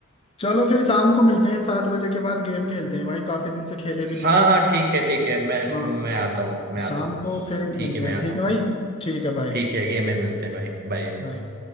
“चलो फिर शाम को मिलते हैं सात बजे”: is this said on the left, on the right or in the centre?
Left